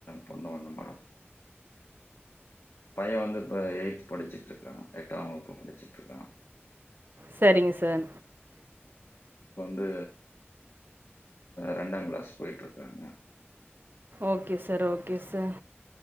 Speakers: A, on the left (about 75°); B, on the right (about 50°).
A: பொண்ணு ஒண்ணு மேடம் பைய வந்து இப்ப எய்த் படிச்சுட்டு இருக்கா எட்டாம் வகுப்பு படிச்சுட்டு இருக்கா
B: சரிங்க சார்‌
A: து ரண்டா க்ளாஸ் போயிட்ருக்காங்க
B: ஓகே சார் ஓகே சார்